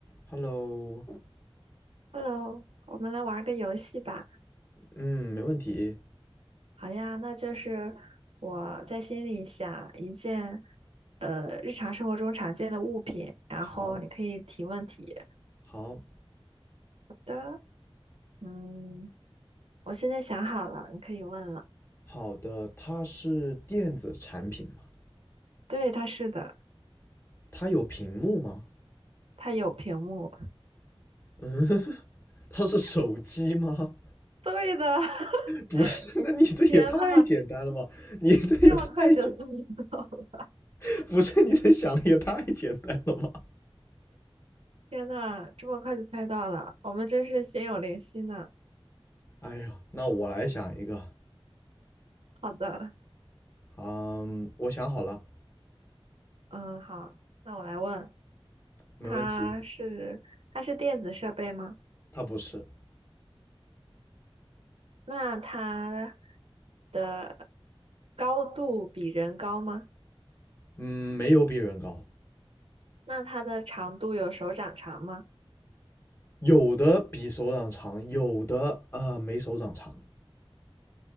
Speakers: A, on the left; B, on the right.
A: Hello，
B: Hello，我们来玩个游戏吧。
A: 嗯，没问题。
B: 好呀，那就是我在心里想一件，呃，日常生活中常见的物品，然后你可以提问题
A: 好，好，
B: 的。嗯，我现在想好了，你可以问了。
A: 好的，它是电子产品吗？
B: 对，它是的，
A: 它有屏幕吗？
B: 它有屏幕。
A: 嗯，<laughs> 它是手机吗？
B: 对的，<laughs>
A: 不是，那你这也太简单了吧？
B: 天呐，
A: 你这也太简，
B: 你这么快就猜到了？
A: <laughs> 不是，你这想的也太简单了吧？
B: 天呐，这么快就猜到了，我们真是心有灵犀呢。
A: 哎呦，那我来想一个。
B: 好的，
A: 嗯，我想好了，
B: 嗯，好，那我来问。
A: 没问题。
B: 它是它是电子设备吗？
A: 它不是，
B: 那它的的高度比人高吗？
A: 嗯，没有比人高，
B: 那它的长度有手掌长吗？
A: 有的比手掌长，有的呃没手掌长。